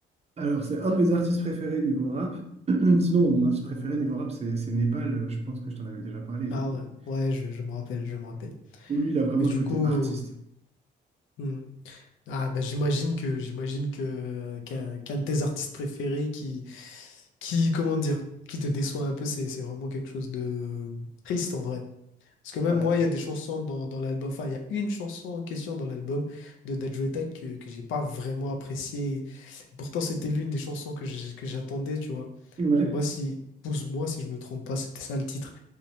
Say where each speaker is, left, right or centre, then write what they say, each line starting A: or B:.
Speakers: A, on the right (about 30°); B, on the left (about 80°).
A: Alors, c'est un de mes artistes préférés niveau rap. <clears throat> Sinon, bon, mon artiste préféré
B: Euh,
A: niveau
B: d'accord.
A: rap, c'est c'est Népal. Euh, Je pense que je t'en avais déjà parlé. Il-
B: Ah ouais, ouais, je, je me rappelle, je me rappelle.
A: Où lui, il a vraiment
B: Mais du
A: le côté
B: coup,
A: artiste.
B: euh, Ah bah j'imagine que j'imagine que qu'un qu'un de tes artistes préférés qui qui comment dire qui te déçoit un peu c'est c'est vraiment quelque chose de triste en vrai parce que même
A: Euh,
B: moi il y a des chansons dans, dans l'album enfin il y a une chanson en question dans l'album de Dajuetai que que j'ai pas vraiment appréciée pourtant c'était l'une des chansons que j'ai- que j'attendais tu vois
A: ouais.
B: je sais pas si Pousse-moi si je me trompe pas c'était ça le titre